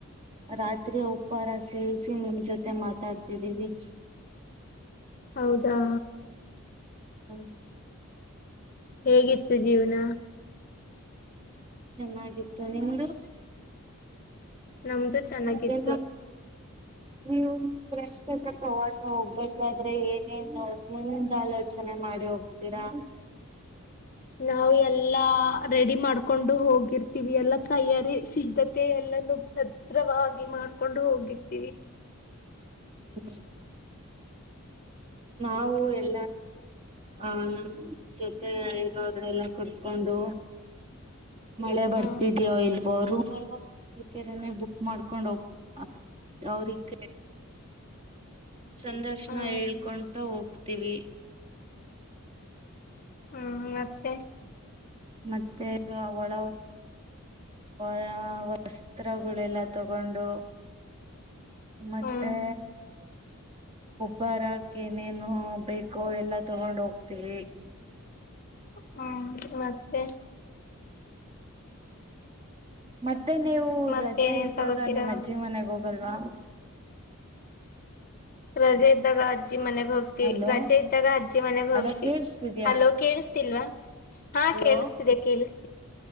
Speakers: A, on the right; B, on the left.
A: ರಾತ್ರಿ ಹೋಗ್ ಉಪಾರ ಸೇವಿಸಿ ನಿಮ್ ಜೊತೆ ಮಾತಾಡ್ತಿದ್ದೀವಿ
B: ಹೌದಾ
A: ಹ್ಮ್
B: ಹೇಗಿತ್ತು ಜೀವನ
A: ಚೆನ್ನಾಗಿತ್ತು ನಿಮ್ದು
B: ನಮ್ದು ಚೆನ್ನಾಗಿತ್ತು
A: ಮತ್ತೆ ನೀವು ಪ್ರಶ್ತುತ ಪ್ರವಾಸ ಹೋಗ್ಬೇಕಾದ್ರೆ ಏನೇನ್ ಮುಂದಲೋಚನೆ ಮಾಡಿ ಹೋಗ್ತೀರಾ
B: ನಾವು ಎಲ್ಲಾ ರೆಡಿ ಮಾಡ್ಕೊಂಡು ಹೋಗಿರ್ತೀವಿ ಎಲ್ಲಾ ತಯಾರಿ ಸಿದ್ಧತೆ ಎಲ್ಲಾನ ಭದ್ರವಾಗಿ ಮಾಡ್ಕೊಂಡು ಹೋಗಿರ್ತೀವಿ
A: ಹ್ಮ್ ನಾವು ಎಲ್ಲ ಆ ನಮ್ ಜೊತೆ ಇರೋರ್ ಎಲ್ಲ ಕರ್ಕೊಂಡು ಮಳೆ ಬರ್ತಿದ್ಯೋ
B: ಹ್ಮ್
A: ಇಲೋ ಲ್ಲ ಹೋಗ್ಬೇಕರನೆೆ ಬುಕ್ ಮಾಡ್ಕೊಂಡ್ ಹೋಗ್ ಅ ಅವ್ರಿಗೆ ಸಂದರ್ಶನ
B: ಹ್ಮ್
A: ಹೇಳ್ಕೊಂತ ಹೋಗ್ ಹೋಗ್ತೀವಿ
B: ಹ್ಮ ಮತ್ತೆ
A: ಮತ್ತೆ ಅವಳ ವ ವಸ್ತ್ರಗಳೆಲ್ಲ ತಗೊಂಡು ಮತ್ತೆ
B: ಹ್ಮ್
A: ಉಪಾರ ಹಾಕ್ಕ ನೇನು ಬೇಕೋ ಎಲ್ಲಾ ತಗೊಂಡ ಹೋಗ್ತೀವಿ
B: ಹ್ಮ್ ಮತ್ತೆ
A: ಮತ್ತೆ ಮತ್ತೆ ನೀವು
B: ಮತ್ತೆ
A: ರಜಾ
B: ಏನೇನ್
A: ಇದ್ದಾಗ
B: ತಗೋತೀರಾ
A: ನಿಮ್ಮ್ ಅಜ್ಜಿ ಮನೆಗೆ ಹೋಗ್ ಬಲ್ವಾ
B: ರಜೆ ಇದ್ದಾಗ ಅಜ್ಜಿ ಮನೆಗ್ ಹೋಗ್ತಿವಿ
A: ಹಲೋ
B: ರಜೆ ಇದ್ದಾಗ ಅಜ್ಜಿ ಮನೆಗ್ ಹೋಗ್ತಿವಿ
A: ಅಲೋ ಕೇೇಳಸ್ತಿದ್ಯಾ
B: ಹಲೋ ಕೇಳಿಸ್ತಿಲ್ವಾ ಹಾ
A: ಹಲೋ
B: ಕೇಳಿಸ್ತಿದೆ ಕೇಳಿಸ